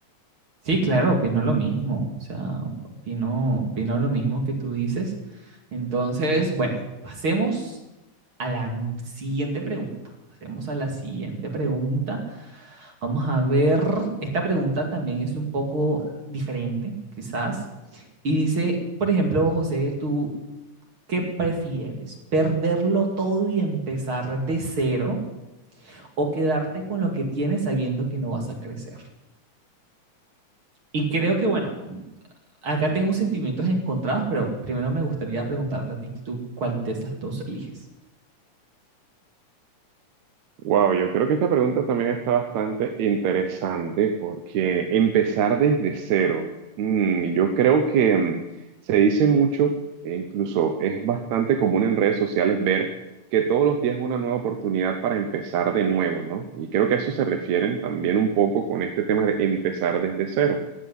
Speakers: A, on the right (about 45°); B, on the right (about 70°).
A: Sí, claro, opino lo mismo. O sea, opino, opino lo mismo que tú dices. Entonces, bueno, pasemos a la siguiente pregunta. Pasemos a la siguiente pregunta. Vamos a ver, esta pregunta también es un poco diferente, quizás. Y dice, por ejemplo, José, ¿tú qué prefieres? ¿Perderlo todo y empezar de cero o quedarte con lo que tienes sabiendo que no vas a crecer? Y creo que, bueno, acá tengo sentimientos encontrados, pero primero me gustaría preguntarte a ti, ¿tú cuál de esas dos eliges?
B: Wow, yo creo que esta pregunta también está bastante interesante porque empezar desde cero, mm, yo creo que mm, se dice mucho e incluso es bastante común en redes sociales ver que todos los días es una nueva oportunidad para empezar de nuevo, ¿no? Y creo que a eso se refieren también un poco con este tema de empezar desde cero.